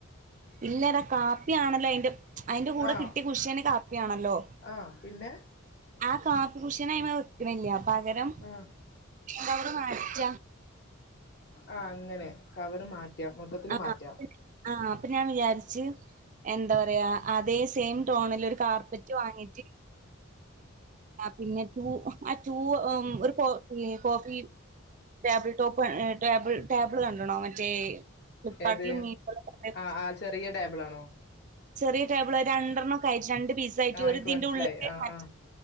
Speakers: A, on the right; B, on the left.
A: ഇല്ലടാ കാപ്പി ആണല്ലോ അയിന്റെ അയിന്റെ കൂടെ
B: ആഹ്
A: കിട്ടി കുഷ്യനെ കാപ്പിയാണല്ലോ
B: ആഹ് പിന്നെ
A: ആ കാപ്പി കുഷനയിമ വെക്കണില്ല പകരം
B: ആഹ്
A: കവറ് മാറ്റ
B: ആഹ് അങ്ങനെ കവറ് മാറ്റ മൊത്തത്തില്
A: ആഹ്
B: മാറ്റാം
A: ആഹ് അപ്പൊ ഞാൻ വിചാരിച്ച് എന്താ പറയാ അതേ സെയിം ടോണിൽ ഒരു കാർപ്പറ്റ് വാങ്ങിട്ട് പിന്നെ റ്റു ആ റ്റൂവ് ഒരു കോ coffee table top table table കണ്ടണോ മറ്റേ ഫ്ലിപ്കാർട്ടിലും
B: ഏത്
A: മീഷോയിലൊക്കെ
B: ആഹ് ആഹ് ചെറിയ ടേബിൾ ആണോ
A: ചെറിയ ടേബിൾ ഒരു രണ്ടെണ്ണംക്കെ ആയിട്ട് രണ്ട് പീസ ആയിട്ട്
B: ആഹ്
A: ഒരു
B: എനിക്ക്
A: ഇതിന്റെ
B: മനസ്സിലായി
A: ഉള്ളിലക്ക്
B: ആഹ്
A: മറ്റ
B: ആഹ്